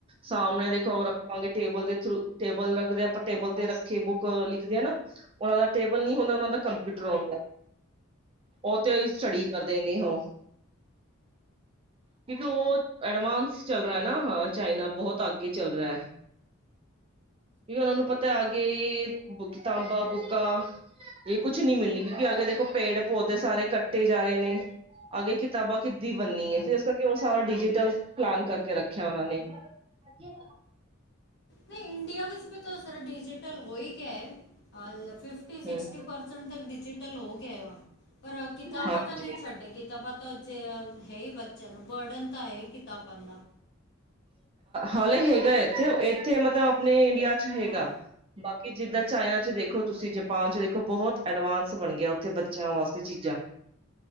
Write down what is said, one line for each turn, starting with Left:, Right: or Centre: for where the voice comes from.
Right: ਸਾਹਮਣੇ ਦੇਖੋ ਉਹ ਰੱਖਾਂਗੇ। ਟੇਬਲ ਦੇ ਥਰੂ ਟੇਬਲ ਰੱਖਦੇ ਆਪਾਂ ਟੇਬਲ ਤੇ ਰੱਖੇ ਬੁੱਕ ਲਿਖਦੇ ਹ ਨਾ, ਉਹਨਾ ਦਾ ਟੇਬਲ ਨੀ ਹੁੰਦਾ। ਉਹਨਾਂ ਦਾ ਕੰਮ ਕੰਪਿਊਟਰ ਔਨ ਹੁੰਦਾਂ। ਔ ਤੇ ਹੀ ਸਟੱਡੀ ਕਰਦੇ ਨੇ ਔਹ। ਕਿਉਂਕਿ ਉਹ ਐਡਵਾਂਸ ਚੱਲ ਰਿਹਾ ਨਾ, ਹਾਂ ਚਾਈਨਾ ਬਹੁਤ ਅੱਗੇ ਚੱਲ ਰਿਹਾ ਹੈ। ਕੀ ਉਹਨਾਂ ਨੂੰ ਪਤਾ ਆਗੇ ਬੁ ਕਿਤਾਬਾਂ ਬੁੱਕਾ ਇਹ ਕੁਛ ਨਹੀਂ ਮਿਲਣੀ, ਕਿਉਂਕਿ ਅਗੇ ਦੇਖੋ ਪੇੜ੍ਹ-ਪੌਦੇ ਸਾਰੇ ਕੱਟੇ ਜਾ ਰਹੇ ਨੇ, ਅਗੇ ਕਿਤੇ ਕਿਤਾਬਾਂ ਕਿੱਦੀ ਬੰਨਣੀ ਹੈ, ਫਿਰ ਇਸ ਕਰਕੇ ਉਹ ਸਾਰਾ ਡਿਜੀਟਲ ਪਲਾਨ ਕਰਕੇ ਰੱਖਿਆ ਉਹਨਾਂ ਨੇ। ਹਾਂਜੀ।
Left: ਨਹੀਂ ਇੰਡੀਆ ਵਿੱਚ ਵੀ ਤਾਂ ਸਾਰਾ ਡਿਜੀਟਲ ਹੋ ਹੀ ਗਿਆ ਹੈ। ਫਿਫਟੀ ਸਿਕਸਟੀ
Right: ਹਮ
Left: ਪਰਸੈਂਟ ਤੇ ਡਿਜੀਟਲ ਹੋ ਗਿਆ ਵਾ। ਪਰ ਕਿਤਾਬਾਂ
Right: ਹਾਂਜੀ
Left: ਤਾਂ ਨਹੀਂ ਛੱਡੇ, ਕਿਤਾਬਾਂ ਤਾਂ ਅਜੇ ਹੈ ਹੀ ਬੱਚਿਆਂ ਨੂੰ ਬਰਡਨ ਤਾਂ ਇਹ ਕਿੱਤਾਬਾਂ ਨੂੰ ਨਾ
Right: ਹਾਲੇ ਹੈਗਾ ਇੱਥੇ, ਇੱਥੇ ਮਤਲਬ ਆਪਣੇ ਇੰਡੀਆ 'ਚ ਹੈਗਾ,
Left: ਹਾਂ
Right: ਬਾਕ ਕਿ ਜਿੱਦਾਂ ਚਾਈਨਾ 'ਚ ਦੇਖੋ, ਤੁਸੀਂ ਜਪਾਨ 'ਚ ਦੇਖੋ, ਬਹੁਤ ਐਡਵਾਂਸ ਬਣ ਗਿਆ ਉੱਥੇ, ਬੱਚਿਆਂ ਵਾਸਤੇ। ਤੇ ਚੀਜ਼ਾਂ,